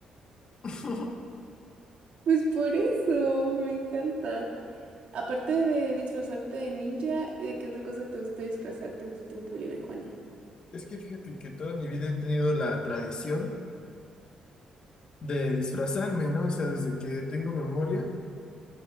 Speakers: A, on the left; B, on the right.
A: <laughs>
B: pues por eso, me encanta. Aparte de disfrazarte de ninja, ¿y de qué otra cosa te gusta disfrazarte en tu tiempo libre, Juani?
A: Es que fíjate que toda mi vida he tenido la tradición de disfrazarme, ¿no? O sea, desde que tengo memoria,